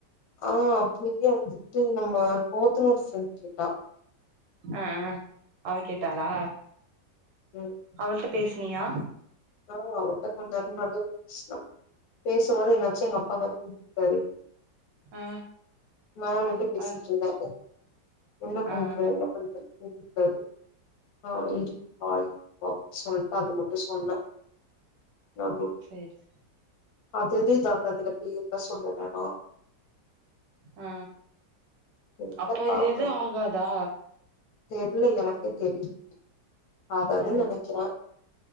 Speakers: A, on the left; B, on the right.
A: ஆ அப்டியே வந்துட்டு நம்ம போத்தணு சைடு கேட்டா
B: அ அவ கேட்டாளா
A: ம் ம்.
B: அவள்ட்ட பேசினியா
A: ஆ <unintelligible> பேசும்போது என்னாச்சு எங்க அப்பா வேர கூட்டாரு
B: ஆ
A: நான் வந்து பேசிட்டு
B: அவ
A: இருந்த என்ன பண்றே
B: ஆ
A: <unintelligible> ஆ இ ஆ பாய் சொல்லிட்டு அது மட்டும் சொன்னேன் <unintelligible>
B: சரி
A: அது எதுஇதாகாதுல பேர்லா சொல்ல வேணாம்
B: ஆ
A: தெர்ல
B: அப்போ
A: பாப்போ
B: எது ஆகாதா
A: தெர்ல எனக்கு தெரியு ஆகாதுனு
B: ஓ
A: நினைக்கிறே